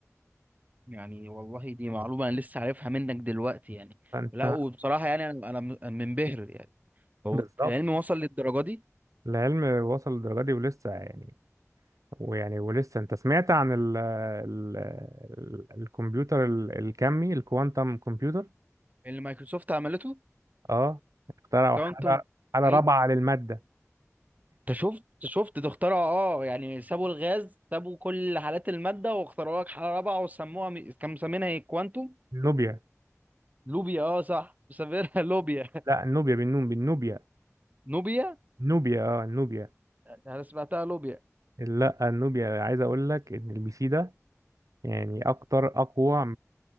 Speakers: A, on the right; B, on the right.
A: يعني والله دي معلومة انا لسه عارفها منك دلوقتي يعني
B: فانت
A: لا وبصراحة يعني انا أنا م- منبهر يعني هو
B: <laughs> بالظبط
A: العلم وصل للدرجة دي
B: العلم وصل للدرجه دي ولسه يعني ويعني ولسه انت سمعت عن ال... ال... ال... الكمبيوتر ال- الكمي الكوانتم كمبيوتر
A: اللي مايكروسوفت عملته
B: اه اخترعوا
A: كوانتم
B: حاله حاله
A: اي
B: رابعه للماده
A: انت شفت شفت ده اخترعوا اه يعني سابوا الغاز سابوا كل حالات المادة واخترعوا لك حالة رابعة وسموها م- كانوا مسمينها ايه كوانتم
B: نوبيا
A: لوبيا اه صح مسمينها <laughs> لوبيا
B: لا النوبيا بالنون بالنوبيا
A: نوبيا
B: نوبيا اه النوبيا
A: انا سمعتها لوبيا
B: لا النوبيا عايز اقول لك ان البي سي ده يعني اكتر اقوى